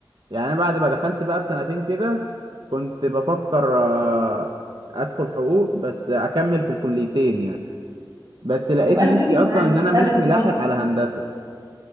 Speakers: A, on the right; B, on the right.
A: يعني أنا بعد ما دخلت بقى بسنتين كده كنت بفكر آه، ادخل حقوق بس اكمل في الكليتين يعني بس لقيت
B: وبأدرسها
A: نفسي اصلا
B: عارف
A: ان انا
B: وبأدرس
A: مش ملاحق على هندسه